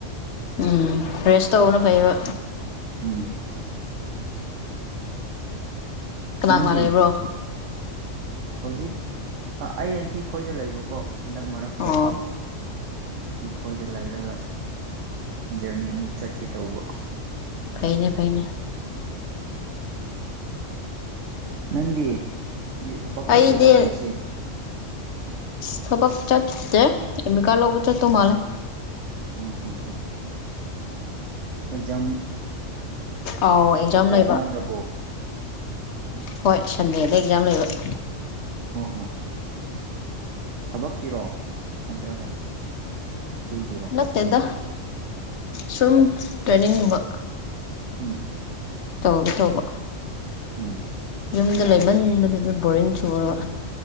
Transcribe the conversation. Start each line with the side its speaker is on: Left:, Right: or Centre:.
Left: ꯎꯝ ꯔꯦꯁ ꯇꯧꯕꯅ ꯐꯩꯕ
Right: ꯎꯝ
Left: ꯀꯅꯥ
Right: ꯅꯪꯗꯤ
Left: ꯀꯅꯥ ꯂꯩꯕ꯭ꯔꯣ
Right: ꯍꯧꯖꯤꯛ ꯑꯩ ꯑꯟꯇꯤ ꯈꯣꯏꯗ ꯂꯩꯕꯀꯣ ꯍꯟꯗꯛ ꯃꯔꯛꯁꯦ
Left: ꯑꯣ
Right: ꯑꯩꯗꯤ ꯈꯣꯏꯗ ꯂꯩꯔꯒ ꯖꯔꯅꯤ ꯑꯃꯨꯛ ꯆꯠꯀꯦ ꯇꯧꯕ
Left: ꯐꯩꯅꯦ ꯐꯩꯅꯦ
Right: ꯅꯪꯗꯤ ꯊꯕꯛ
Left: ꯑꯩꯗꯤ
Right: ꯆꯠꯀꯗ꯭ꯔꯣ ꯉꯁꯤ
Left: ꯁꯕꯥꯛ ꯆꯇꯦ ꯏꯃꯤ ꯀꯥ ꯂꯧꯕ ꯆꯦ ꯇꯣ ꯃꯥꯔ
Right: ꯎꯝ ꯎꯝ ꯎꯝ ꯑꯦꯛꯖꯥꯝ
Left: ꯑꯥꯎ ꯑꯦꯛꯖꯥꯝ ꯂꯩꯕ
Right: ꯅꯛꯔꯕꯣ ꯑꯣ
Left: ꯍꯣꯏ ꯁꯟꯗꯦꯗ ꯑꯦꯛꯖꯥꯝ ꯂꯩꯕ <inaudible>
Right: ꯑꯣ ꯍꯣ ꯊꯕꯛꯀꯤꯔꯣ ꯅꯠꯇ꯭ꯔꯒ ꯁ꯭ꯀꯨꯜꯒꯤꯔꯣ
Left: ꯅꯠꯇꯦꯗ ꯁꯨꯝ ꯇ꯭ꯔꯦꯅꯤꯡꯒꯨꯝꯕ
Right: ꯎꯝ
Left: ꯇꯧꯒꯦ ꯇꯧꯕ
Right: ꯎꯝ
Left: ꯌꯨꯝꯗ ꯂꯩꯃꯟꯕꯗꯨꯗꯤ ꯕꯣꯔꯤꯡ ꯆꯨꯔꯕ